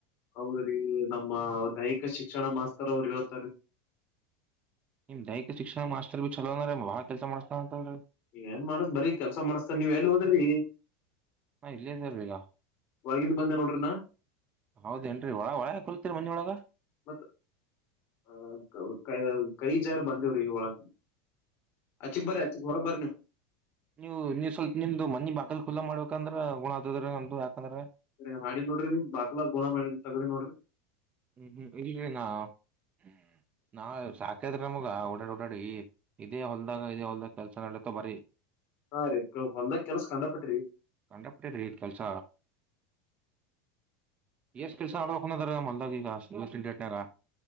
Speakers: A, on the left; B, on the right.
A: ಹೌದ್ರಿ ನಮ್ಮ ದೈಹಿಕ ಶಿಕ್ಷಣ ಮಾಸ್ತರ್ ಅವ್ರು ಹೇಳ್ತಾರೆ.
B: ನಿಮ್ಮ ದೈಹಿಕ ಶಿಕ್ಷಣ ಮಾಸ್ರ್ ಭೀ ಚಲೋದರೀಲ ಬ ಬಾಳ ಕೆಲಸ ಮಾಡ್ಸತಾನಅಂತ ರೀ
A: ಏನ್ ಮಾಡತ್ ಬರೀ ಕೆಲ್ಸಾ ಮಾಡಸ್ತನ ನೀವ ಎಲ್ಲಿ ಹೋದ್ರಿ
B: ನಾ ಇಲ್ಲೇ ಇದೇವ್ರಿ ಈಗ
A: ಹೊಳಗಿಂದ ಬಂದೆ ನೋಡ್ರಿನಾ
B: ಹೌದೇನ್ರಿ ಒಳ ಒಳಗ ಕುಂತಿರಿ ಮನಿಹೊಳಗ.
A: ಮತ್ತ ಅ ಕೈ ಜಾರ್ ಬಂದಿವ್ರಿ ಇ ಒಳಗ್ ಅಚಿಕ್ ಬರ್ರಿ ಅಚಕ್ ಹೊರ ಬರ್ರನೀವು.
B: ನೀವು ನೀವು ಸ್ವಲ್ಪ ನಿಮ್ದ ಮನಿ ಬಾಕಲ್ ಕುಲ್ಲಾ ಮಾಡ್ಬೇಕಂದ್ರೆ ಗುಣ ಅದ ಯಾಕಂದ್ರೆ
A: ಸ ಮಾಡಿ ನೋಡ್ರಿ ಬಾಕ್ಲ <unintelligible> ಮಾಡಿ ತಗ್ದಿ ನೋಡ್ರಿ
B: ಹ್ಮ್ ಹ್ಮ್ ಇಲ್ರಿ ನಾ <unintelligible> ನಾ ಸಾಕಾದ್ರೆ ನಮಗ ಓಡಾಡಿ ಓಡಾಡಿ ಇದೇ ಹೊಲ್ದಾಗ ಇದೇ ಹೊಲ್ದಾಗ ಕೆಲ್ಸ ನಡಿತವಬರೀ.
A: ಹಾ, ರೀ ಹೊಲ್ದಗ ಕೆಲ್ಸ ಕಂಡಪಟ್ಟಿರಿ.
B: ಕಂಡ ಪಟ್ಟಿದ್ರಿ ಕೆಲ್ಸ ಎಷ್ಟ ಕೆಲ್ಸ ನಡೋ <unintelligible> ಹನದರಗ ಮಲ್ಲದಗ ತಿಂಡ ಎನ